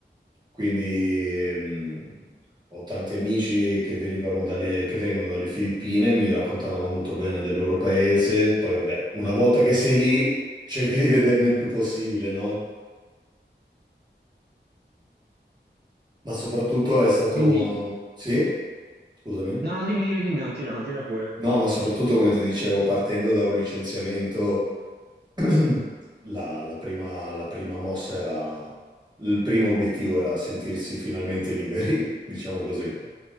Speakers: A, on the right (about 20°); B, on the right (about 60°).
A: Quindi ehm, ho tanti amici che venivano dalle, che vengono dalle Filippine, mi raccontavano molto bene del loro paese. Poi, vabbè, una volta che sei lì, cerchi di vederne il più possibile, no? Ma soprattutto è stato
B: Quindi,
A: un... Sì? Scusami.
B: no, no, dimmi, dimmi, dimmi, continua, continua pure.
A: No, ma soprattutto, come ti dicevo, partendo da un licenziamento, <clears throat> la, la prima, la prima mossa era... Il primo obiettivo era sentirsi finalmente liberi, <laughs> diciamo così.
B: Ok,